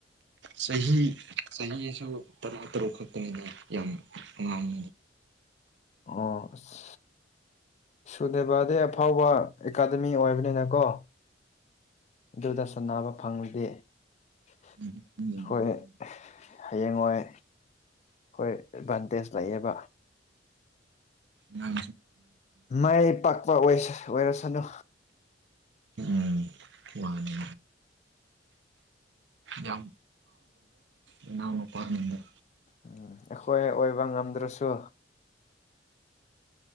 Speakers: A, on the right; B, on the left.
A: ꯆꯍꯤ ꯆꯍꯤ ꯇꯔꯥ ꯇꯔꯨꯛ ꯈꯛꯇꯅꯤꯅ ꯌꯥꯝ ꯋꯥꯥꯡ
B: ꯑꯣ ꯑꯁ ꯁꯨꯗꯦꯕꯥꯗꯦ ꯑꯐꯥꯎꯕ ꯑꯦꯀꯥꯗꯃꯤ ꯑꯣꯏꯕꯅꯤꯅ ꯀꯣ ꯑꯗꯨꯗ ꯁꯥꯟꯅꯕ ꯐꯪꯂꯗꯦ ꯑꯩꯈꯣꯏ
A: ꯑꯩꯗꯤ
B: ꯍꯌꯦꯡꯋꯥꯣꯏ ꯑꯩꯈꯣꯏ ꯑꯦꯗꯚꯥꯟꯇꯦꯖ ꯂꯩꯌꯦꯕ
A: ꯅ
B: ꯃꯥꯏ ꯄꯥꯛꯄ ꯑꯣꯏꯔꯁꯅꯨ
A: ꯎꯝ ꯃꯥꯅꯤ ꯌꯥꯝ ꯏꯎꯅ ꯄꯔ
B: ꯎꯝ ꯑꯩꯈꯣꯏ ꯑꯣꯏꯕ ꯉꯝꯗ꯭ꯔꯁꯨ